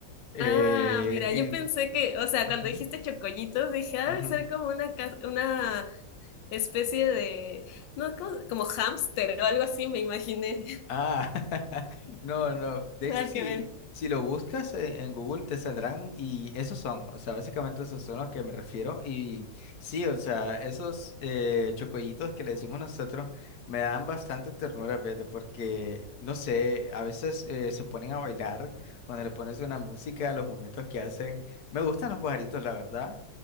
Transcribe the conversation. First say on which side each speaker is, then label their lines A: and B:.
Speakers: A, on the left (about 65°); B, on the left (about 80°).
A: eh,
B: Ah, mira,
A: eh,
B: yo pensé que, o sea,
A: ujú,
B: cuando dijiste chocollitos, dije, ah,
A: ujú.
B: debe ser como una, ca- una especie de, no, como, como hámster o algo así, me imaginé.
A: Ah, <laughs> no, no. De
B: <laughs>
A: hecho,
B: Nada
A: si,
B: que ver.
A: si lo buscas e- en Google te saldrán y esos son, o sea, básicamente esos son los que me refiero. Y sí, o sea, esos eh, chocollitos que le decimos nosotros me dan bastante ternura, fíjate, porque, no sé, a veces eh, se ponen a bailar, cuando le pones una música, los movimientos que hacen. Me gustan los pajaritos, la verdad.